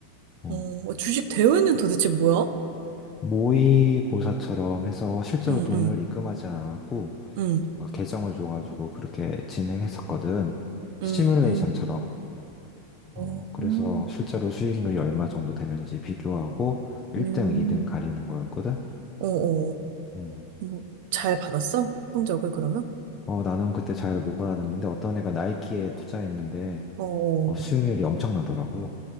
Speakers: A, on the left; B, on the right.
A: 어.
B: 어, 어, 주식 대회는 도대체 뭐야?
A: 모의고사처럼 해서 실제로
B: 응,
A: 돈을
B: 응,
A: 입금하지 않았고
B: 응,
A: 가 계정을 줘가지고 그렇게 진행했었거든.
B: 응,
A: 시뮬레이션처럼.
B: 응, 어,
A: 어, 그래서
B: 음,
A: 실제로 수익률이 얼마 정도 되는지 비교하고 1등,
B: 음.
A: 2등 가리는 거였거든.
B: 어, 어,
A: 음.
B: 뭐, 잘 받았어? 성적을 그러면?
A: 어, 나는 그때 잘 못 받았는데 어떤 애가 나이키에 투자했는데
B: 어,
A: 어,
B: 어,
A: 수익률이 엄청나더라고.